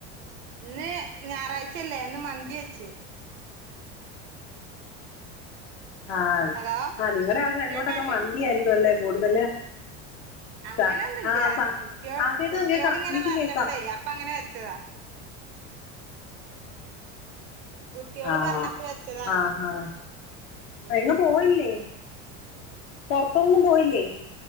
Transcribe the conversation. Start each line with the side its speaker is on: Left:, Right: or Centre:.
Right: ഇന്ന് ഞാറാഴ്ചയല്ലേ ഇന്ന് മന്തി വെച്ച്
Left: ആ
Right: ഹലോ
Left: ആ നിങ്ങടെ ആ തെക്കോട്ടൊക്കെ
Right: കേക്കല്ലേ
Left: മന്തിയായിരിക്കും അല്ലേ കൂടുതല്
Right: അങ്ങനെൊന്നുല്ല്യ
Left: സ ആഹ് സ
Right: കുട്ടിയോൾ
Left: ആഹ് കേക്കാം
Right: കുട്ടിയോള്
Left: കേക്കാം
Right: ഇങ്ങനെ
Left: എനിക്ക്
Right: പറഞ്ഞപ്പളെയ്
Left: കേക്കാം
Right: അപ്പ അങ്ങനെ വെച്ചതാ കുട്ടിയോള്
Left: ആ
Right: പറഞ്ഞപ്പോ വെച്ചതാണ്
Left: ആ ആ
Right: ഉം
Left: ആ എങ്ങും പോണില്ലേ പൊർത്തൊങ്ങും പോയില്ലേ